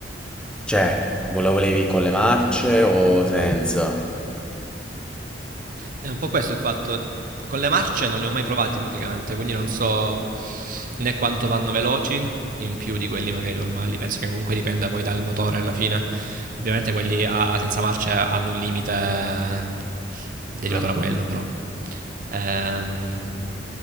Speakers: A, in the centre; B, on the right.
A: Cioè, lo volevi con le marce o senza?
B: È un po' questo il fatto, con le marce non li ho mai provati praticamente, quindi non so né quanto vanno veloci in più di quelli magari normali, penso che comunque dipenda poi dal motore alla fine. Ovviamente quelli a- senza marce hanno un limite derivato
A: Mm.
B: da quello, però. Ehm,